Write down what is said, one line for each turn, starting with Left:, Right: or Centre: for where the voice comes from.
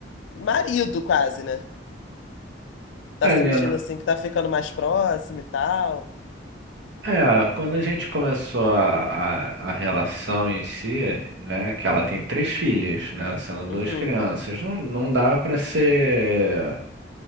Left: marido quase, né? Tá
Right: É,
Left: sentindo
Right: Nina,
Left: assim que tá ficando mais próximo e tal.
Right: é, quando a gente começou a, a, a relação em si, né, que ela tem três filhas, né, sendo duas
Left: Uhum.
Right: crianças, não, não dá pra ser